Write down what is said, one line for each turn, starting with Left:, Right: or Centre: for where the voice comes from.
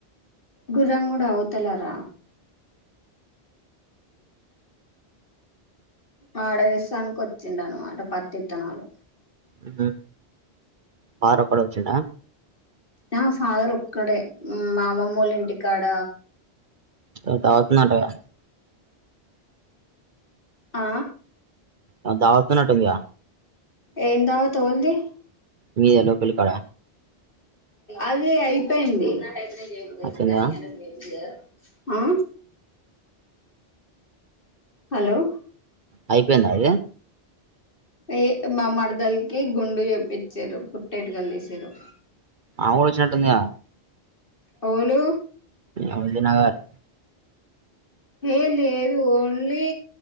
Left: గుర్రంగూడ అవుతలార వాడదేశానికి వచ్చిండ అనమాట పత్తిత్తనాలు
Right: ఇతే వారొకడు వచ్చిండా
Left: నా ఫాదర్ ఒక్కడే మా అమ్మమ్మల్ల ఇంటికాడ
Right: స్నుత వత్తుందట కదా
Left: ఆ
Right: అ దావత్ ఉన్నట్టుంది కదా
Left: ఏందావత్ గా ఉంది
Right: మీ ఎ లోకల్ కాడ
Left: అదే అయిపోయింది జయిద
Right: వచ్చిందా
Left: న జ ఆ హలో
Right: అయిపోయిందా అది
Left: ఏ మా మరదలకి గుండు చేప్పించారు పుట్టెంటికలు తీసారు
Right: ఆవొచ్చినట్టుంది గా
Left: అవులు
Right: అవదినగర్
Left: ఏ లేదు ఓన్లీ